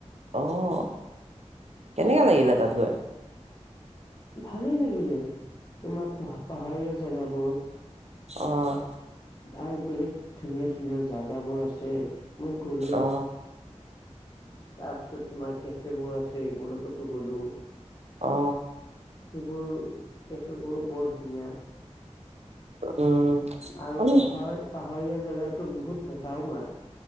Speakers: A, on the right (about 65°); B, on the left (about 35°).
A: অহ', কেনেকে লাগিলে তা'ত গৈ?
B: ভালেই লাগিলে, তোমাৰ প-পাহাৰীয়া জেগাবোৰ।
A: অঁহ।
B: আৰু বেলেগ ধুনীয়া-ধুনীয়া জেগাবোৰ আছে মই গ'লো।
A: অ
B: তাৰ পিছত তোমাৰ কেফে বোৰ আছে এইবোৰ লগতো গ'লো।
A: অ
B: সেইবোৰ কেফেবোৰো বৰ ধুনীয়া।
A: উম
B: আৰু
A: উম
B: পাহৰ- পাহাৰীয়া জেগাতো বহুত বতাহও মাৰে,